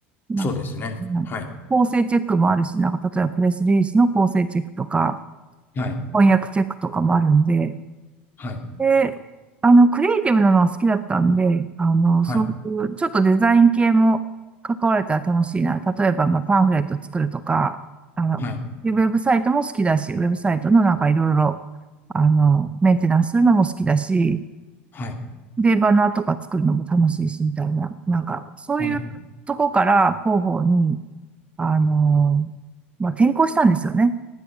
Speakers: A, on the right; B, on the left.
A: なんか
B: そうですね。
A: うん構成チェックもあるし、
B: はい、
A: なんか、例えばプレスリリースの構成チェックとか、
B: はい、
A: 翻訳チェックとかもあるんで、
B: はい、
A: で、あの、クリエイティブなのは好きだったんで、あの、
B: はい、
A: そういう、ちょっとデザイン系も関われたら楽しいな。例えば、まあ、パンフレット作るとか、あの、
B: はい、
A: ウェブサイトも好きだし、ウェブサイトのなんかいろいろ、あの、メンテナンスするのも好きだし、
B: はい、
A: で、バナーとか作るのも楽しいし、みたいな、なんか、そういうとこから広報に、
B: はい、
A: あの、まあ、転向したんですよね。